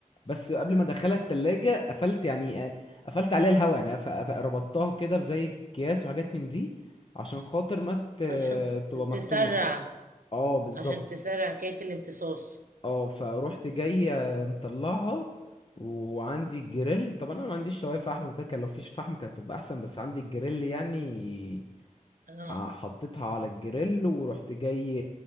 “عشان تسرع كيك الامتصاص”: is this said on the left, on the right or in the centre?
Right